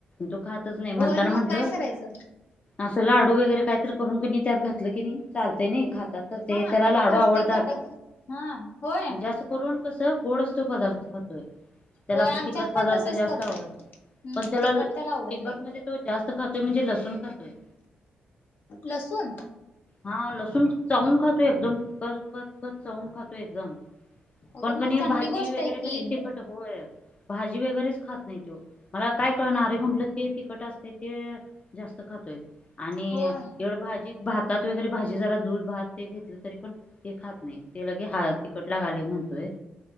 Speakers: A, on the left; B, on the left.
A: तो खातच नाही, म्हणताना
B: होय
A: म्हणलं
B: मग काय करायचं
A: असं लाडू वगैरे कायतर करून की नयी, त्यात घातलं कनी चालतय नाही खात. त्यात तर ते
B: हा
A: त्याला लाडू
B: पौष्टिक
A: आवडतात.
B: घटक हा होय
A: जास्त करून कसं गोड असतो पदार्थ. त्याला
B: होय
A: असं
B: आमच्यात
A: तिखट पदार्थ
B: पण तसच
A: जास्त
B: करतोय
A: आवडत नाही.
B: हम्म
A: पण त्याला
B: तिखट आवडत
A: तिखट
B: नाही
A: मध्ये तो जास्त खातोय, म्हणजे लसून खातोय
B: लसुून.
A: हा लसूण, चावून खातोय एकदम, कचकचकचं चावून खातोय एकदम.
B: अगं
A: पण, कणी
B: मग चांगली
A: भाजी
B: गोष्ट
A: वगैरे
B: आहे की.
A: कनी तिखट नकोय. भाजी वगैरेच खात नाही तो, मला काय कळणा अरे म्हटलं ते तिखट असतयं ते जास्त खातोय, आणि
B: होय.
A: एवढ भाजी भात त्यात वगैरे भाजी जरा दूध भात, ते घेतलं तरी पण ते खात नाही ते लगे हा, तिखट लागालय म्हणतोय.